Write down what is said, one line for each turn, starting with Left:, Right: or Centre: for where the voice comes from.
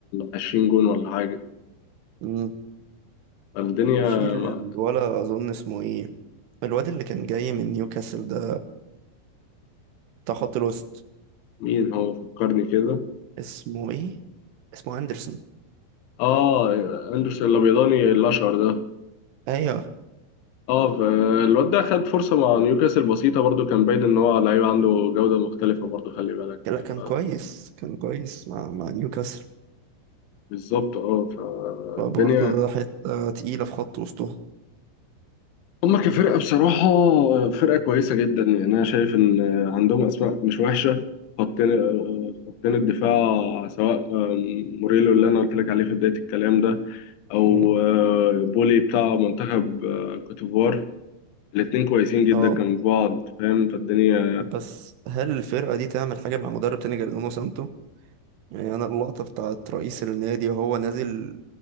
Left: 20 جون ولا حاجة
Right: امم
Left: فالدنيا
Right: في الولا
Left: ما-
Right: أظن اسمه إيه الواد اللي كان جاي من نيوكاسل ده بتاع خط الوسط
Left: مين هو فكرني كده
Right: اسمه إيه؟ اسمه أندرسون
Left: اه آه، اندرسون الابيضاني الاشقر ده
Right: ايوه
Left: اه ف- الواد ده خد فرصة مع نيوكاسل بسيطة برضو كان باين ان هو لعيب عنده جودة مختلفة برضو خلي بالك
Right: لا كان
Left: ف-
Right: كويس كان كويس مع مع نيوكاسل
Left: بالظبط اه فالدنيا
Right: فبرضه ده حتة تقيلة في خط وسطهم
Left: هما كفرقة بصراحة فرقة كويسة جدا يعني انا شايف ان عندهم اسماء مش وحشة خطين آه، خطين الدفاع سواء آه، موريلو اللي انا قلت لك عليه في بداية الكلام ده او
Right: مم.
Left: آه، بولي بتاع منتخب آه، كوتيفوار الاتنين كويسين جدا
Right: اه
Left: جنب بعض فاهم فالدنيا
Right: بس هل الفرقة دي تعمل حاجة مع مدرب تاني غير نونو سانتو؟ يعني أنا اللقطة بتاعت رئيس النادي وهو نازل